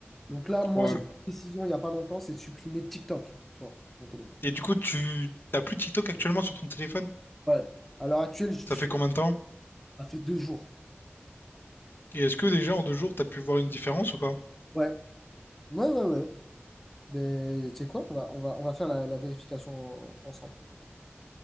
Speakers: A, in the centre; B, on the left (about 55°).
A: Donc là, moi,
B: ouais.
A: j'ai décision il n'y a pas longtemps, c'est de supprimer TikTok, tu vois, mon téléphone.
B: Et du coup, tu t'as plus TikTok actuellement sur ton téléphone?
A: Ouais. À l'heure actuelle, je suis-
B: Ça fait combien de temps?
A: ça fait deux jours.
B: Et est-ce que déjà en deux jours, t'as pu voir une différence ou pas?
A: Ouais, ouais, ouais, ouais. Mais tu sais quoi? On va, on va, on va faire la, la vérification en- ensemble.